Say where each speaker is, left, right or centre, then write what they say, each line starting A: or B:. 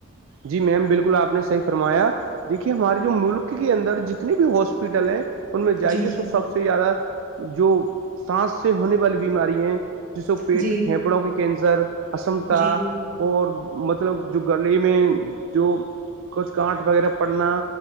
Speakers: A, on the right (about 70°); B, on the right (about 40°).
A: جی میم بالکل آپ نے صحیح فرمایا دیکھیے ہماری ملک کے اندر جتنی بھی ہاسپیٹل ہیں ان میں جائیے
B: جی جی
A: سو سب سے زیادہ جو سانس سے ہونے والی بیماری ہیں جس کو پیٹ
B: جی
A: پھیپڑوں کی کینسر اشمتا
B: جی
A: اور مطلب جو گلے میں جو کچھ کانٹ وغیرہ پڑنا